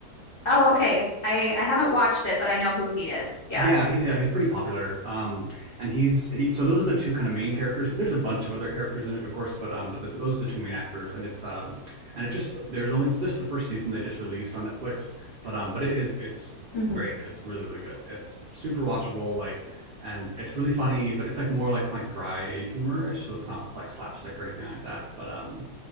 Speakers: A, on the left (about 45°); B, on the right (about 65°).
A: Oh, okay. I I haven't watched it, but I know who he is. Yeah.
B: Yeah, he's yeah, he's pretty popular. Um, and he's he. So those are the two kind of main characters. There's a bunch of other characters in it, of course, but um, but the, those are the two main actors. And it's um, and it just there's only it's just the first season they just released on Netflix. But um, but it is it's
A: Mhm.
B: great. It's really really good. It's super watchable. Like, and it's really funny, but it's like more like kind of dry humorish. So it's not like slapstick or anything like that. But um,